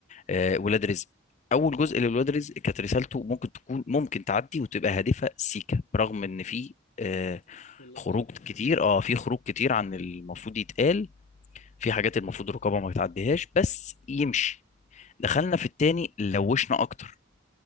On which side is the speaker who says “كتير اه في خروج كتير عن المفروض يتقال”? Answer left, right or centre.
Left